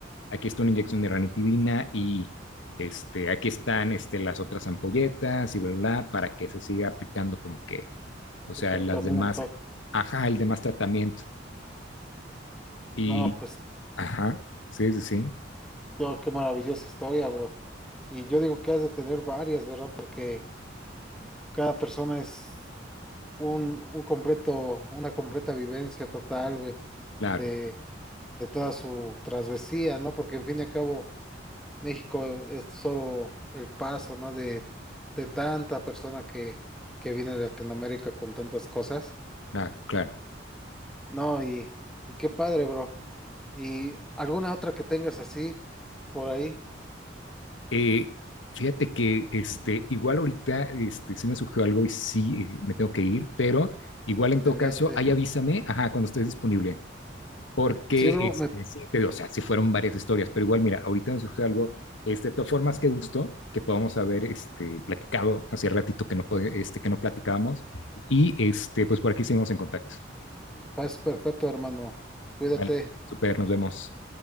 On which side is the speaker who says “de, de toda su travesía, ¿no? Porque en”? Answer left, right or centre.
Centre